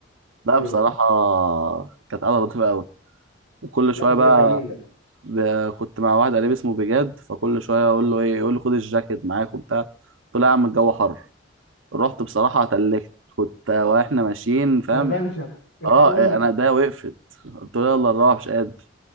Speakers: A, on the right; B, on the left.
A: لا بصراحة
B: ايوه
A: كانت قعدة لطيفة قوي وكل
B: لا
A: شوية
B: اجواء
A: بقى
B: جميله
A: ب- كنت مع واحد قريب اسمه بجاد فكل شوية اقول له ايه يقول لي خد الجاكيت معاك وبتاع قلت له يا عم الجو حر رحت بصراحة اتلكت كنت واحنا ماشيين فاهم
B: انا بنشف الحقونا
A: اه انا ده وقفت قلت له يلا نروح مش قادر